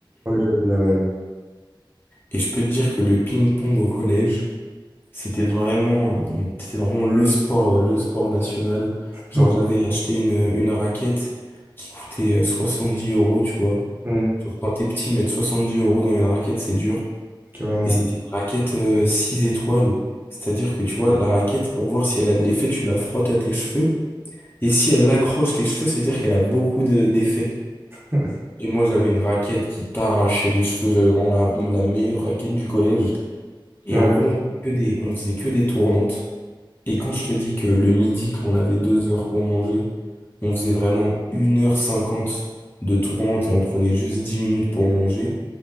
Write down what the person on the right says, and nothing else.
ouais, j'avais la même.
Hum,
hum,
Carrément.
<laughs>
Ouais,